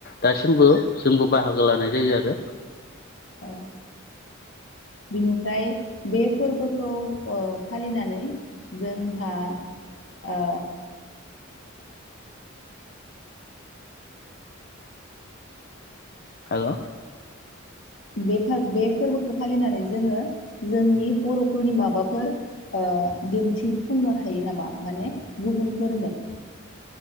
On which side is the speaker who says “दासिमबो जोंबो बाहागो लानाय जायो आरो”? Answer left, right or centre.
Left